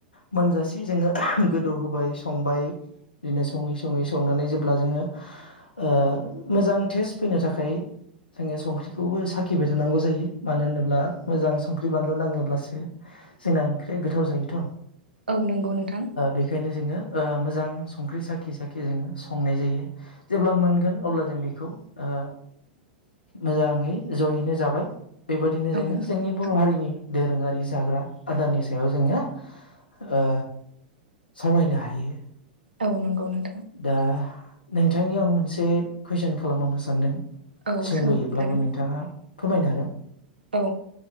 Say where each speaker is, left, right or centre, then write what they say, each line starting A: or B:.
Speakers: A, on the left; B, on the right.
A: मोनजासे जोङो गोदौ होबाय संबाय बिदिनो सङै सङै संनानै जेब्ला जोङो ओ मोजां टेस्ट फैनो थाखाय जोङो संख्रिखौबो साखिबाय थानांगौ जायो। मानो होनोब्ला मोजां संख्रि बानलु नाङोब्लासो जोंना ओंख्रिया गोथाव जायोथ'।
B: औ नोंगौ नोंथां।
A: बेखायनो जोङो ओ मोजां संख्रि साखि साखि जोङो संनाय जायो जेब्ला मोनगोन अब्ला जों बेखौ ओ मोजाङै जयैनो जाबाय। बेबादिनो
B: औ
A: जोङो
B: नंगौ
A: जोंनि
B: नोंथां
A: बर' हारिनि दोरोङारि जाग्रा आदारनि सायाव जोङो ओ सावरायनो हायो।
B: औ नंगौ नों
A: दा नोंथांनि आं मोनसे कुइसन खालामबावनो सानदों।
B: औ
A: सोंद'यैब्लाबो
B: सोंजागोन
A: नोंथाङा फोरमायनो हागोन।
B: औ